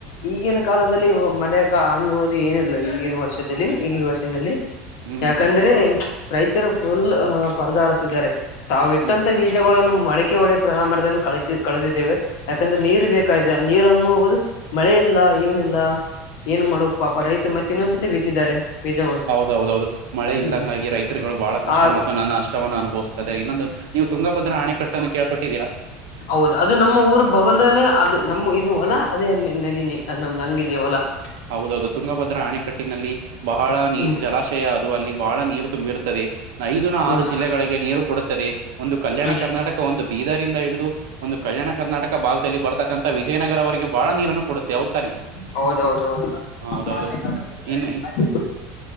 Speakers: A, on the left (about 65°); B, on the right (about 85°).
A: ಈಗಿನ, ಕಾಲದಲ್ಲಿ ಮಳೆ ಅನ್ನುವುದು! ಏನಿಲ್ಲ ಈಗಿನ, ವರ್ಷದಲ್ಲಿ, ಈಗ, ವರ್ಷದಲ್ಲಿ. <unintelligible>
B: ಹ್ಮ್
A: ಯಾಕಂದ್ರೆ! ತ್, ರೈತರು, ಫುಲ್ ಪರದಾಡುತ್ತಿದ್ದಾರೆ, ತಾವು, ಇಟ್ಟಂತ,
B: ಹ್ಮ್
A: ಬೀಜ. <unintelligible> ಗಾಧೆಗಳನು, ಮೊಳಕೆ, ಹೊಡೆೆಯುವ, ಸಾಮರ್ಥ್ಯವನ್ನು, ಕ, ಕಳೆದಿದೆವೆ ಯಾಕಂದ್ರೆ, ಜುಂ. <inaudible> ನೀರು, ಬೇಕಾಗಿದೆ! ನೀರು, ಎಂಬುವುದು, ಮಳೆ ಇಲ್ಲ, ಏನಿಲ್ಲ. <inaudible> ಮಾಡೋಕ್ ಪಾಪ
B: ಒಬ್ಬ,
A: ಮತ್ತೆ
B: ರೈತ,
A: ಇನ್ನೊಂದ್ಸತಿ ಬಿತ್ತಿದ್ದಾರೆ ಬೀಜಗಳು
B: ಹೌದೌದೌದು ಮಳೆ ಇಲ್ಲಂಗಾಗಿ
A: ಹ್ಮ್
B: ರೈತ. <unintelligible> ಛತ್ರಿಗಳು, ಬಹಳ ಕಷ್ಟ!
A: ಆ
B: ಮತ್ತು ನನ್ನ ಅಷ್ಟವನ್ನು ಅನುಭವಿಸ್ತದೆ. ಇನ್ನೊಂದು ನೀವು ತುಂಗಭದ್ರ ಹಣೆ ಕಟ್ಟನ್ನು ಕೇಳ್ಪಟ್ಟಿದ್ದೀರಾ? <inaudible>
A: ಹೌದು ಅದು ನಮ್ಮ ಊರ್ ಬೊಗುಧನೆ? ಅದು ನಮ್ಮ ಇದು ಹೊಲ. ಅಲ್ಲಾ ಅದೇ ನದಿ ನಮ್ದ್ ಹಂಗಿದೆ, ಹೊಲ. <inaudible>
B: ಹೌದೌದು, ತುಂಗಭದ್ರಾ! ಅಣೆಕಟ್ಟಿನಲ್ಲಿ, ಬಹಳ ನೀ,
A: ಹ್ಮ್
B: ಜಲಾಶಯ ಅದು ಅಲ್ಲಿ ಬಹಳ ನೀರು. <inaudible> ತುಂಬಿರುತ್ತದೆ, ಐದು, ನ, ಆರೂ,
A: ಹ್ಮ್
B: ಜಿಲ್ಲೆಗಳಿಗೆ, ನೀರು, ಕೊಡುತ್ತದೆ. <inaudible> ಅಥವಾ,
A: ಹ್ಮ್
B: ಒಂದು, ಬೀದಾರಿಂದ, ಹಿಡಿದು. <inaudible> ಒಂದು ಕಲ್ಯಾಣ ಕರ್ನಾಟಕ ಭಾಗದಲ್ಲಿ ಬರ್ತಕ್ಕಂಥ. ವಿಜಯನಗರ, ಅವರಿಗೆ ಬಹಳ ನೀರನ್ನು ಕೊಡುತ್ತೆ, ಹೌದು, ತಾನೆ. <inaudible>
A: ಹೌದೌದು! ಹೌದು. <unintelligible>
B: ಹೌದೌದು ಇನ್ನು